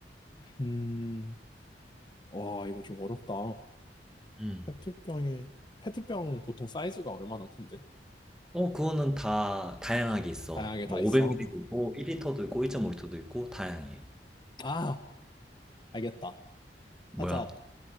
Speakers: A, on the left (about 25°); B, in the centre.
A: 음. 와 이거 좀 어렵다.
B: 음.
A: 페트병에 페트병 보통 사이즈가 얼마나 큰데?
B: 어 그거는 다 다양하게 있어.
A: 다양하게
B: 뭐
A: 다 있어.
B: 500ml도 있고 1L도 있고 1.5L도 있고 다양해.
A: 아, 알겠다.
B: 뭐야?
A: 살짝